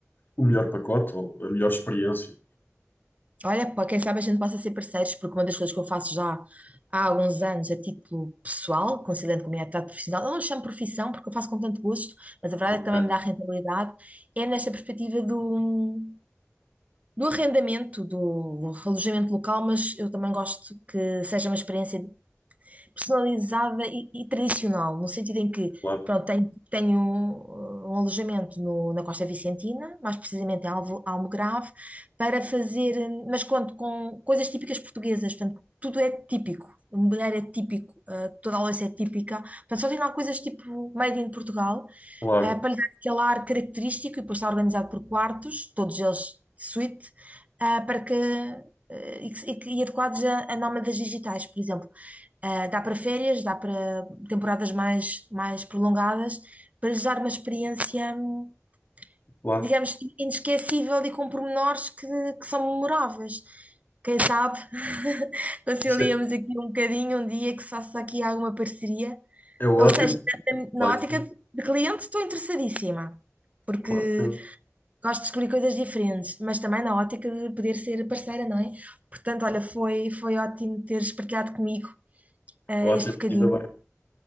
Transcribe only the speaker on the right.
Olha, pá, quem sabe a gente possa ser parceiros, porque uma das coisas que eu faço já há alguns anos a título pessoal, conciliando com a minha atividade profissional, eu não chamo profissão porque eu faço com tanto gosto, mas a verdade
é que também me dá rentabilidade, é nesta perspectiva do, do arrendamento, do alojamento local, mas eu também gosto que seja uma experiência personalizada e, e tradicional, no sentido em que,
pronto, tenho, tenho um, um alojamento no- na Costa Vicentina, mais precisamente em Alvo, Almograve, para fazer, hum, mas conto com coisas típicas portuguesas, portanto, tudo é típico, o mobiliário é típico, ah, toda a louça é típica, portanto, só tem lá coisas tipo made in Portugal,
ah, para lhe dar aquele ar característico e depois está organizado por quartos, todos eles de suíte, ah, para que, eh, e, que- e que- e adequados a, a nómadas digitais, por exemplo. Ah, dá para férias, dá para temporadas mais, mais prolongadas, para lhes dar uma experiência, hum,
digamos, inesquecível e com pormenores que, que são memoráveis. Quem sabe, <laughs> conciliamos
aqui um bocadinho, um dia que se faça aqui alguma parceria.
Ou seja, na
na ótica
de cliente estou interessadíssima, porque
gosto de descobrir coisas diferentes, mas também na ótica de poder ser parceira, não é? Portanto, olha, foi, foi ótimo teres partilhado comigo, ah,
este bocadinho.